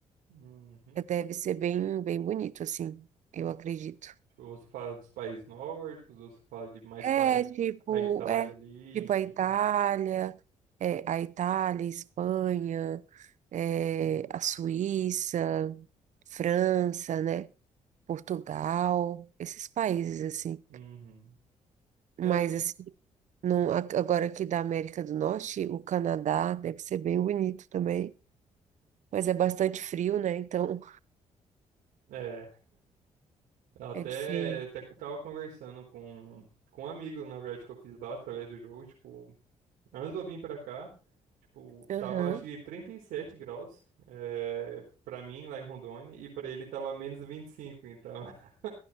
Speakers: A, on the right (about 80°); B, on the right (about 60°).
A: Uhum.
B: Deve ser bem, bem bonito, assim, eu acredito.
A: Tipo, Você fala dos países nórdicos, você fala de mais
B: É,
A: pa...
B: tipo,
A: a Itália
B: é,
A: ali,
B: tipo a
A: que
B: Itália,
A: tem.
B: é, a Itália, Espanha, é, a Suíça, França, né? Portugal, esses países, assim.
A: Uhum. É,
B: Mas,
A: tem...
B: assim, não, a- agora aqui da América do Norte, o Canadá deve ser bem bonito também. Mas é bastante frio, né? Então,
A: é eu até,
B: é diferente.
A: até que eu tava conversando com, com um amigo, na verdade, que eu fiz lá através do jogo, tipo. Antes de eu vir pra cá, tipo,
B: Aham.
A: tava acho que 37 graus, é, pra mim lá em Rondônia, e pra ele tava menos 25, então. <laughs>